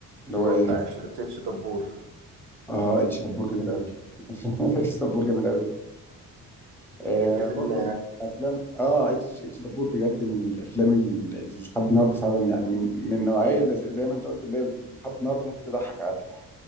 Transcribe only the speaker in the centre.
اللي
هو ايه
اه اتش دبور جامد قوي <laughs> اتش دبور جامد قوي آه
برضو افلام اه اتش اتش دبور بجد من الافلام ال- اللي لحد النهارده فعلا يعني من من النوعيه اللي زي زي ما انت قلت اللي هي بت- لحد النهارده ممكن تضحك عادي